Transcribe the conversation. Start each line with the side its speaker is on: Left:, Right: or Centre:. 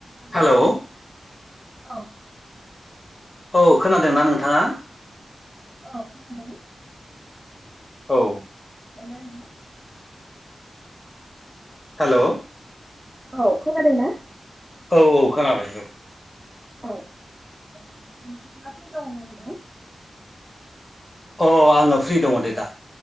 Right: खोनादोंना?
Left: हेल'
Right: औ
Left: औ खोनादोंना नोंथाङा
Right: औ खोनादों
Left: औ
Right: <unintelligible> <unintelligible>
Left: हेल'
Right: औ खोनादोंना
Left: औ औ खोनाबाय औ
Right: औ नोंथाङा ओ फ्रि दङमोन दा
Left: अह आङो फ्रि दङ दे दा